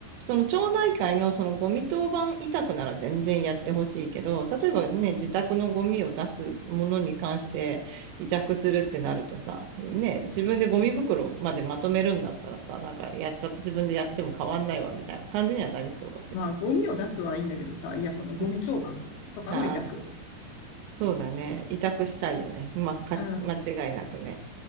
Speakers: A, on the right (about 80°); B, on the left (about 80°).
A: その町内会のそのゴミ当番委託なら全然やってほしいけど、例えばね、自宅のゴミを出すものに関して委託するってなるとさ、ね、自分でゴミ袋までまとめるんだったらさ、なんかやっちゃ、自分でやっても変わんないわみたいな感じにはなりそうだけどね。
B: まあ、ゴミを出すはいいんだけどさ、いや、そのゴミ当番とかの委託。
A: うん。ああそうだね。委託したいよね。まあ、
B: うん、
A: か、間違いなくね。